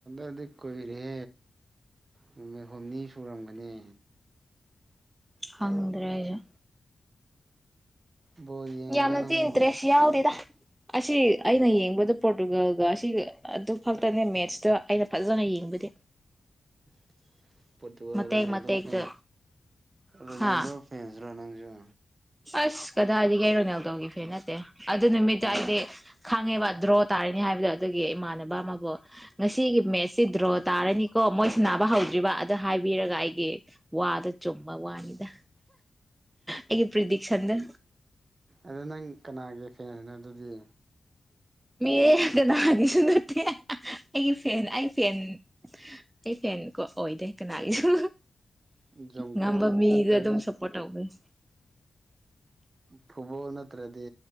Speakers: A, on the right (about 45°); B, on the right (about 15°).
A: ꯑꯗ ꯀꯣꯏꯔꯦ ꯅꯨꯃꯤꯠ ꯍꯨꯝꯅꯤ ꯁꯨꯔꯝꯒꯅꯤ
B: ꯍꯗ꯭ꯔꯦꯖ
A: ꯕꯣꯜ ꯌꯦꯡꯕ꯭ꯔꯥ
B: ꯌꯥꯃ
A: ꯅꯪꯕꯨ
B: ꯇꯤ ꯏꯟ ꯇ ꯔꯦꯁ ꯌꯥꯎꯗꯗ ꯑꯁꯤ ꯑꯩꯅ ꯌꯦꯡꯕꯗ ꯄꯣꯔꯇꯨꯒꯜꯒ ꯑꯁꯤꯒ ꯑꯗꯨ ꯈꯛꯇꯅꯦ ꯃꯦꯠꯁꯇ ꯑꯩꯅ ꯐꯖꯅ ꯌꯦꯡꯕꯗꯤ
A: <unintelligible> ꯐꯣꯠꯇꯨ
B: ꯃꯇꯦꯛ
A: ꯔꯅꯦꯜꯗꯣ
B: ꯃꯇꯦꯛꯇ
A: ꯐꯦꯟ ꯔꯅꯦꯜꯗꯣ
B: ꯍꯥ
A: ꯐꯦꯟꯁꯤꯔ ꯅꯪꯁꯨ
B: ꯑꯁ ꯀꯗꯥꯗꯤꯒ ꯑꯩ ꯔꯣꯅꯦꯜ ꯇꯣꯒꯤ ꯐꯦ ꯅꯠꯇꯦ ꯑꯗꯨ ꯅꯨꯃꯤꯠꯇ
A: ꯀꯅꯥ
B: ꯑꯩꯗꯤ ꯈꯥꯡꯉꯦ ꯋꯥ ꯗ꯭ꯔꯣꯠ ꯇꯥꯔꯅꯤ ꯍꯥꯏꯕꯗꯣ ꯑꯗꯨꯒꯤ ꯏꯃꯥꯟꯅꯕ ꯑꯃꯕꯨ ꯉꯁꯤꯒꯤ ꯃꯦꯠꯁꯁꯤ ꯗ꯭ꯔꯣ ꯇꯥꯔꯅꯤꯀꯣ ꯃꯣꯏꯁꯤꯅꯥꯕ ꯍꯧꯗ꯭ꯔꯤꯕ ꯑꯗ ꯍꯥꯏꯕꯤꯔꯒ ꯑꯩꯒꯤ ꯋꯥꯗ ꯆꯨꯝꯕ ꯋꯥꯅꯤꯗ ꯑꯩꯒꯤ ꯄ꯭ꯔꯤꯗꯤꯛꯁꯟꯗ
A: ꯑꯗꯣ ꯅꯪ ꯀꯅꯥꯒꯤ ꯐꯦ ꯍꯥꯏꯅ ꯑꯗꯨꯗꯤ
B: ꯑꯦ ꯀꯅꯥꯒꯤꯁꯨ ꯅꯠꯇꯦ ꯑꯩꯒꯤ ꯐꯦꯟ ꯑꯩ ꯐꯦꯟ ꯑꯩ ꯐꯦꯟ ꯀꯣ ꯑꯣꯏꯗꯦ ꯀꯅꯥꯒꯤꯁꯨ
A: ꯖꯣꯡꯀꯣꯛ
B: ꯉꯝꯕ ꯃꯤꯗ
A: ꯅꯠꯇ꯭ꯔꯒ
B: ꯑꯗꯨꯝ ꯁꯞꯄꯣꯔꯠ ꯇꯧꯕꯅꯦ
A: ꯐꯨꯕꯣꯜ ꯅꯠꯇ꯭ꯔꯗꯤ